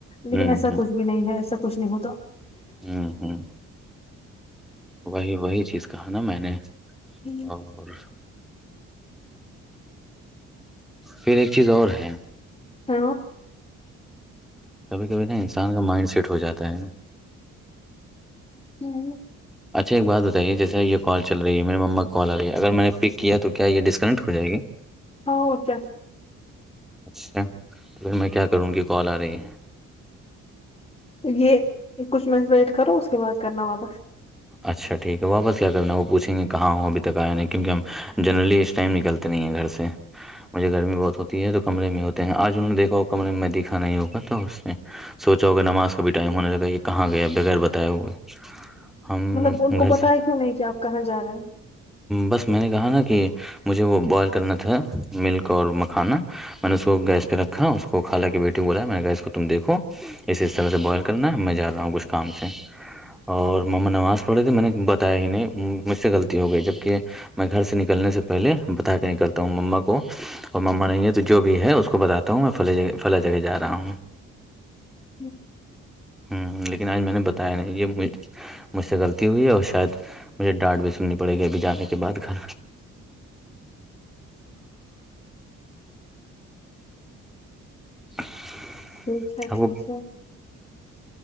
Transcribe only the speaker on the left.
لیکن
ایسا
کچھ بھی نہیں ہے ایسا کچھ نہیں ہوتا
ہ
ہ
ہوں
ہ جس
یہ کچھ منٹ ویٹ کرو اس کے بعد کرنا واپس
مطلب ان کو
بتایا کیوں نہیں کہ آپ کہاں جا رہے ہیں
<unintelligible>
ٹھیک ہے
ٹھیک
ہے